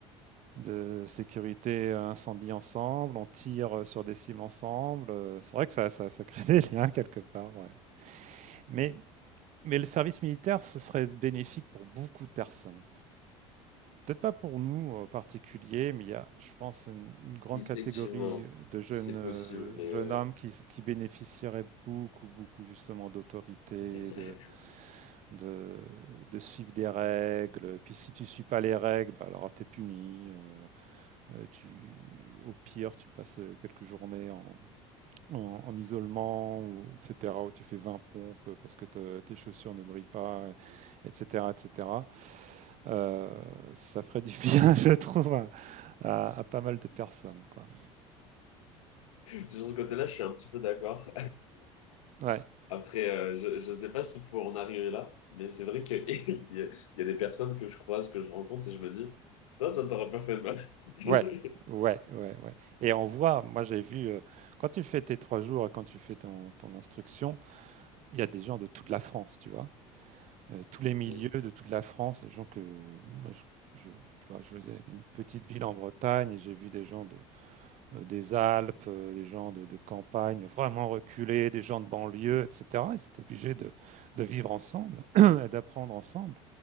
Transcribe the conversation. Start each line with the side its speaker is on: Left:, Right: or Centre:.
Right: de sécurité, heu, incendie ensemble, on tire, heu, sur des cibles ensemble, heu, c'est vrai que ça ça ça crée <laughs> des liens quelque part, ouais. Mais Mais le service militaire, ce serait bénéfique pour beaucoup de personnes. Peut-être pas pour nous en particulier, mais il y a, je pense, une, une grande
Left: Effectivement,
Right: catégorie euh, de jeunes,
Left: c'est
Right: euh,
Left: possible, mais
Right: jeunes hommes qui, qui bénéficieraient beaucoup, beaucoup justement d'autorité,
Left: <laughs>
Right: de, de, de suivre des règles. Et puis si tu ne suis pas les règles, bah, alors t'es puni. euh, euh, tu, au pire, tu passes euh, quelques journées en, en, en isolement, ou, etc., où tu fais 20 pompes parce que te- tes chaussures ne brillent pas, et- etc., etc. Euh, ça ferait du bien, <laughs> je trouve, à, à- à pas mal de personnes, quoi.
Left: Sur ce côté-là, je suis un petit peu d'accord.
Right: Ouais,
Left: Après, euh, je ne sais pas s'il faut en arriver là, mais c'est vrai qu'il <laughs> y, a- il y a des personnes que je croise, que je rencontre, et je me dis, ça, ça ne t'aurait pas fait de mal. <laughs>
Right: ouais, ouais, ouais, ouais. Et on voit, moi j'ai vu, euh, quand tu fais tes trois jours et quand tu fais ton, ton instruction, il y a des gens de toute la France, tu vois. Euh, tous les milieux
Left: Mm,
Right: de toute la France, des gens que, moi, je, je- tu vois, je faisais une petite ville en Bretagne et j'ai vu des gens de, euh, des Alpes, euh, des gens de, de campagne vraiment reculés, des gens de banlieue, etc. Ils étaient obligés de, de vivre ensemble <clears throat> et d'apprendre ensemble.